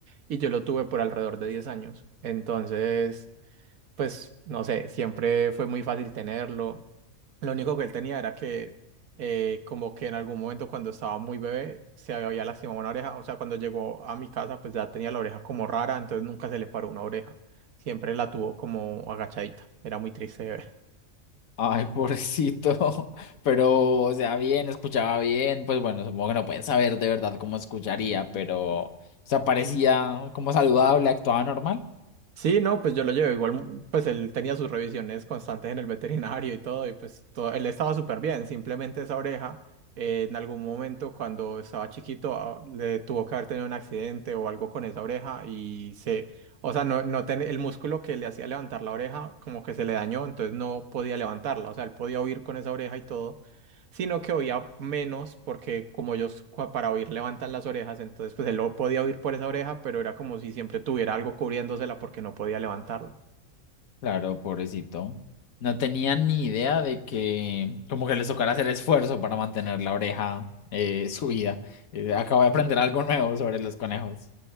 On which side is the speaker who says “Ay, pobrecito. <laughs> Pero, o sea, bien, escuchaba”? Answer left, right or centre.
Left